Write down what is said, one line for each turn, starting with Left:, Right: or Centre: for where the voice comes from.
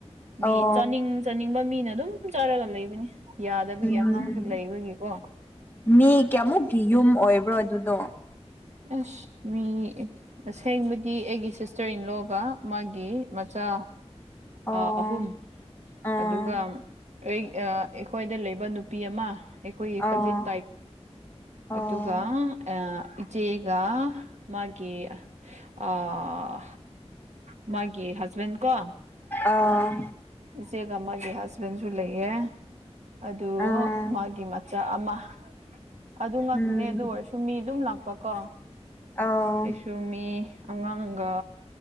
Right: ꯃꯤ
Left: ꯑꯣ
Right: ꯆꯥꯅꯤꯡ ꯆꯥꯅꯤꯡꯕ ꯃꯤꯅ ꯑꯗꯨꯝ ꯆꯥꯔꯒ ꯂꯩꯕꯅꯦ ꯌꯥꯗꯕꯒꯤ
Left: ꯎꯝ
Right: ꯑꯉꯥꯡꯁꯨ ꯂꯩꯕꯒꯤꯀꯣ
Left: ꯃꯤ ꯀꯌꯥꯃꯨꯛꯀꯤ ꯌꯨꯝ ꯑꯣꯏꯕ꯭ꯔꯣ ꯑꯗꯨꯗꯣ
Right: ꯑꯁ ꯃꯤ ꯑꯁꯦꯡꯕꯗꯤ ꯑꯩꯒꯤ ꯁꯤꯁꯇꯔ -ꯏꯟ -ꯂꯣꯒ ꯃꯥꯒꯤ ꯃꯆꯥ
Left: ꯑꯣ
Right: ꯑꯥ ꯑꯍꯨꯝ
Left: ꯑꯥ
Right: ꯑꯗꯨꯒ ꯑꯩ -ꯑꯥ -ꯑꯩꯈꯣꯏꯗ ꯂꯩꯕ ꯅꯨ ꯄꯤ ꯑꯃ ꯑꯩꯈꯣꯏꯒꯤ
Left: ꯑꯧ
Right: ꯀꯖꯤꯟ ꯇꯥꯏꯞ
Left: ꯑꯧ
Right: ꯑꯗꯨꯒ ꯑꯥ -ꯏ - ꯄꯤ ꯆꯦꯒ ꯃꯥꯒꯤ ꯑꯥ ꯃꯥꯒꯤ ꯍꯁꯕꯦꯟ ꯀꯣ
Left: ꯑꯥ
Right: ꯏꯆꯦꯒ ꯃꯥꯒꯤ ꯍꯖꯕꯦꯟꯁꯨ ꯂꯩꯌꯦ ꯑꯗꯨ
Left: ꯑꯥ
Right: ꯃꯥꯒꯤ ꯃ ꯆꯥ ꯑꯃ ꯑꯗꯨ ꯉꯥꯛꯇꯅꯦ
Left: ꯎꯝ
Right: ꯑꯗꯨ ꯑꯣꯏꯔꯁꯨ ꯃꯤ ꯗꯨꯝ ꯂꯥꯛꯄꯀꯣ
Left: ꯑꯥꯎ
Right: ꯗꯨ ꯃꯤ ꯑꯉꯥꯡꯒ